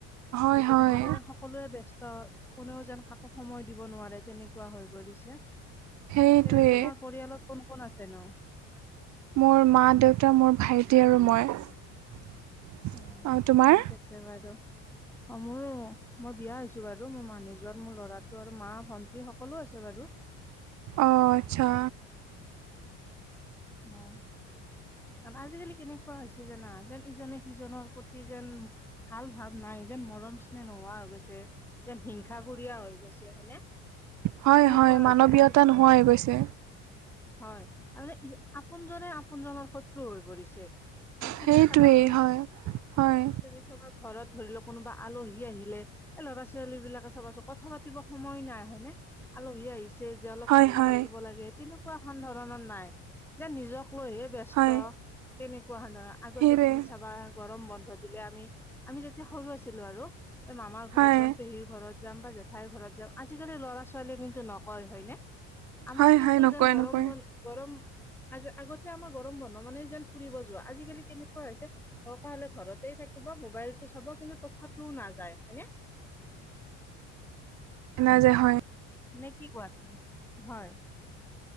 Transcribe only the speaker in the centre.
এজনে
সিজনে সকলোৱে বস্ত- ত কোনেও যেন কাকো সময় দিব নোৱাৰে। তেনেকুৱা হৈ পৰিছে।
পিছে তোমাৰ পৰিয়ালত কোন কোন আছেনো?
অ
ঠিক অ', মোৰো। মই বিয়া হৈছোঁ বাৰু মোৰ মানুহ জন মোৰ ল'ৰাটো আৰু মা, ভন্টি সকলো আছে বাৰু।
মই আজিকালি কেনেকুৱা হৈছে জানা। যেন ইজনে সিজনৰ প্ৰতি যেন ভাল ভাৱ নাই, যেন মৰম চ্নেহ নোহোৱা হৈ গৈছে। যেন হিংসাকুৰীয়া হৈ গৈছে, হয়নে?
তেনেকুৱা
হৈছে
আৰু
হয়, আৰু আপোনজনে আপোনজনৰ শত্ৰু হৈ পৰিছে। তুমি
চাবাচোন,
তুমি চাবা ঘৰত ধৰি লোৱা কোনোবা আলহী আহিলে, এই ল'ৰা ছোৱালী বিলাকে চাবাচোন কথা পাতিব সময় নাই হয়নে, আলহী আহিছে যে অলপ
কথা
পাতিব লাগে তেনেকুৱা তেনেকুৱাহান ধৰণৰ নাই, যে নিজক লৈহে ব্যস্ত
তেনেকুৱাহান ধৰণৰ। আগতে
তুমি চাবা গৰম বন্ধ দিলে আমি, আমি যেতিয়া সৰু আছিলো আৰু। মামাৰ ঘৰত
যাম, পেহীৰ ঘৰত যাম বা জেঠাইৰ ঘৰত যাম, আজিকালি ল'ৰা ছোৱালীয়ে কিন্তু নকয় হয়নে? আমাৰ
কিন্তু
যেন, গৰমবন-গৰম
আগতে আমাৰ গৰম বন্ধ মানে যেন ফুৰিব যোৱা, আজিকালি কেনেকুৱা হৈছে দৰকাৰ হ'লে ঘৰতে থাকিব, মোবাইলতটো চাব কিন্তু তথাপিও নাযায় হয়নে?
নে কি কোৱা তুমি? হয়।